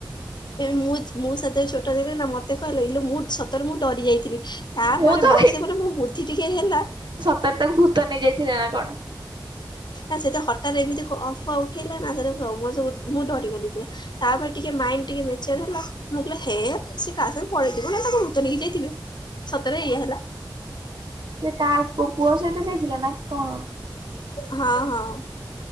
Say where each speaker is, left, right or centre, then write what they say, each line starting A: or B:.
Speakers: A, on the left (about 65°); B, on the right (about 70°).
A: ମୁଁ ମୋ ସାଥି ଛୋଟ ଦେି ନା ମତେ କହିଲେଇ ମୁଁ ସତରେ ମୁଁ ଡରି ଯାଇଥିଲି ତାପରେ
B: ମୁଁ ତ
A: ବର୍ଷେ ପରେଲେ ମୋ ବୁଦ୍ଧି ଟିକିଏ ହେଲା।
B: ତାର ତାକୁ ଭୂତ ନେଇ ଯାଇଥିଲା ନା କଣ।
A: ଆ ସେଟା ହଠାତତ୍ ଏମିତି ଅଫୁଆ ଉଠେଇଲାଣି ସେ ସବୁ ମୁଁ ଡରିଗଲି ପୁରା। ତାପରେ ଟିକେ ମାଇଣ୍ଡି ଟିକେ ମେଚେଢ ହେଲା ମୁଁ କହିଲେ ହେ ସେ କାହା ସଙ୍ଗ ପଳେଇଥିବ ଭୁତ ନେଇକି ଯାଇଥିବେ। ସତରେ ଇଏ ହେଲା।
B: ସେ କାହା ପୁଅ ସହିତ ଯାଇଥିଲା ନା କଣ।
A: ହଁ ହଁ।